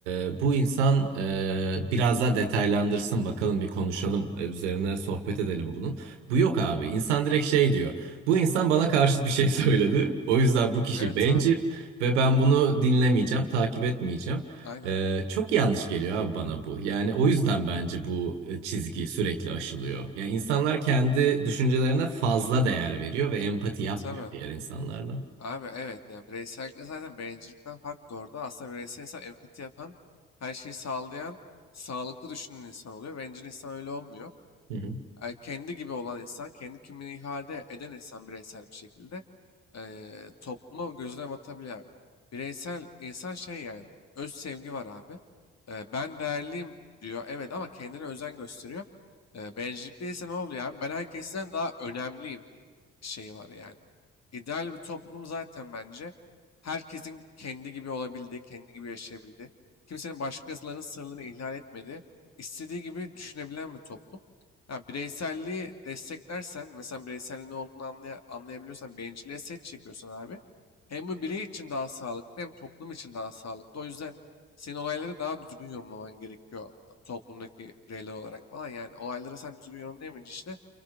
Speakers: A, on the right; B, on the left.
A: e, bu insan e, biraz daha detaylandırsın bakalım bir konuşalım e, üzerine sohbet edelim bunun. Bu yok abi. İnsan direkt şey diyor. Bu insan bana karşıt bir şey <laughs> söyledi. O yüzden bu kişi
B: Evet
A: bencil
B: tamam.
A: ve ben bunu dinlemeyeceğim, takip etmeyeceğim.
B: Aynen.
A: Ee, çok yanlış geliyor abi bana bu. Yani o yüzden bence bu e, çizgi sürekli aşılıyor. Yani insanlar kendi düşüncelerine fazla değer veriyor ve empati yapmıyor
B: Tabii.
A: diğer insanlarla.
B: Abi evet yani bireysellikle zaten bencillikten fark doğurdu. Aslında bireysel insan empati yapan, her şeyi sağlayan, sağlıklı düşünen insan oluyor. Bencil insan öyle olmuyor.
A: Hı hı,
B: e, kendi gibi olan insan, kendi kimliğini ifade eden insan bireysel bir şekilde e, topluma gözüne batabilir abi. Bireysel insan şey yani öz sevgi var abi. E, ben değerliyim diyor evet ama kendine özen gösteriyor. E, bencillik değilse ne oluyor abi? Ben herkesten daha önemliyim şeyi var yani. İdeal bir toplum zaten bence herkesin kendi gibi olabildiği, kendi gibi yaşayabildiği, kimsenin başkalarının sınırlarını ihlal etmediği, istediği gibi düşünebilen bir toplum. Ya bireyselliği desteklersen, mesela bireyselliğin ne olduğunu anlaya- anlayabiliyorsan, bencilliğe set çekiyorsan abi, hem bu birey için daha sağlıklı hem toplum için daha sağlıklı. O yüzden senin olayları daha düzgün yorumlaman gerekiyor e, toplumdaki bireyler olarak falan. Yani olayları sen düzgün yorumlayamayınca işte